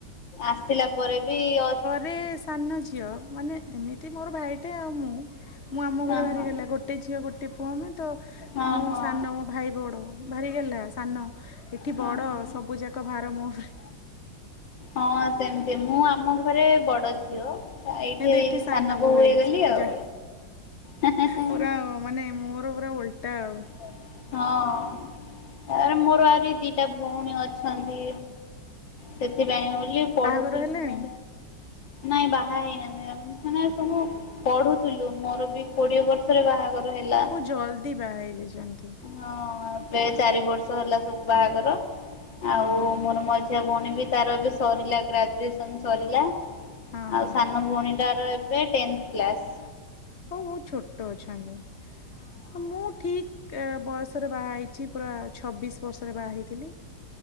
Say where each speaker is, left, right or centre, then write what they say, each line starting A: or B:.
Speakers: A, on the left (about 85°); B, on the left (about 40°).
A: ଆସିଲା ପରେ ବି ଅ
B: ରେ ସାନ ଝିଅ, ମାନେ ଏମିତି ମୋର ଭାଇଟେ ଆଉ ମୁଁ, ମୁଁ ଆମ ଘରେ
A: ହଁ
B: ଭାରି
A: ହଁ
B: ଗେହ୍ଲା। ଗୋ ଟେ ଝିଅ ଗୋଟେ ପୁଅ ଆମେ ତ
A: ହଁ
B: ମୁଁ
A: ହଁ
B: ସାନ ମୋ ଭାଇ ବଡ଼ ଭାରିଗେହ୍ଲା। ସାନ ଏଠି
A: ହଁ
B: ବଡ
A: ହଁ।
B: ସବୁ ଯାକ ଭାର ମୋ ଉପରେ।
A: ହଁ ସେମତି ମୁଁ ଆମ ଘରେ ବଡ ଝିଅ। ଏଇଠିଇ
B: କିନ୍ତୁ ଏଠି
A: ସାନ
B: ବୋହୁ
A: ବୋଉୂ
B: ହେଇଯାଇଛି
A: ହେଇଗଲି ଆଉ
B: ଯା।
A: ହେଁ-ହେଁ-ହେଁ।
B: ପୁରା ମାନେ ମୋର ପୁରା ଓଲଟା ଆଉ
A: ହଁ। ଆରେ ମୋର ଆହୁରି ଦିଟା ଭଉଣୀ ଅଛନ୍ତି। ସେଥିପାଇଁ ହଉ ଇଲି ପଢୁଥିଲୁ,
B: ବାହାଘର ହେଲାଣି?
A: ମୁଁ ନାଇଁ ବାହା ହେଇନାହନ୍ତି ମାନେ ସବୁ ପଢୁଥିଲୁ ମୋର ବି କୋଡିଏ ବର୍ଷରେ ବାହାଘର ହେଲା।
B: ବହୁତ୍ ଜଲଦି ବାହାହେଇ ଯାଇଛନ୍ତି।
A: ହଁ ଏବେ ଚାରି ବର୍ଷ ହେଲା ସବୁ ବାହାଘର
B: ହଁ
A: ଆଉ
B: ହଁ
A: ମୋର ମଜି ଝିଆ ଭଉଣୀ ବି ତାର ଏବେ ସରିଲା ଗ୍ରାଜୁଏସନ ସରିଲା।
B: ହଁ ହଁ ହଉ
A: ଆଉ ସାନ ଭଉଣୀଟାର ଏବେ ଟେନ୍ଥ କ୍ଲାସ।
B: ସବୁ ବହୁତ ଛୋଟ ଅଛନ୍ତି। ହଁ ମୁଁ ଠିକ୍ ବୟସରେ ବାହା ହେଇଛି ପୁରା ଛବିଶ ବର୍ଷରେ ବାହା ହେଇଥିଲି।